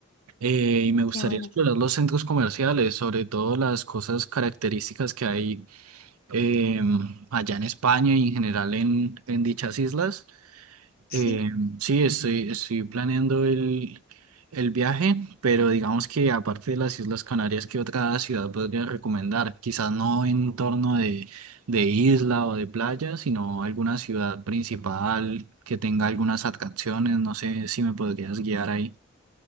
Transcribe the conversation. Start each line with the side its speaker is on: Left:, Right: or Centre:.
Right: Eh, y me gustaría
Left: qué bueno.
Right: explorar los centros comerciales, sobre todo las cosas características que hay em, allá en España y en general en, en dichas islas.
Left: Sí.
Right: Em, sí, estoy, estoy planeando el, el viaje, pero digamos que aparte de las Islas Canarias, ¿qué otra ciudad podría recomendar? Quizás no en torno de, de isla o de playa, sino alguna ciudad principal que tenga algunas atracciones. No sé si me podrías guiar ahí.